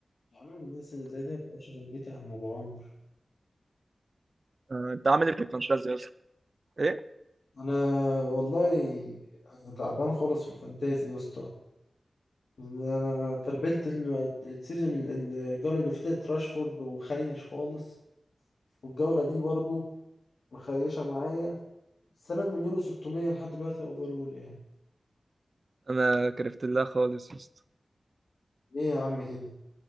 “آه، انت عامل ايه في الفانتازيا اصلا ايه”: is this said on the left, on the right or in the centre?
Right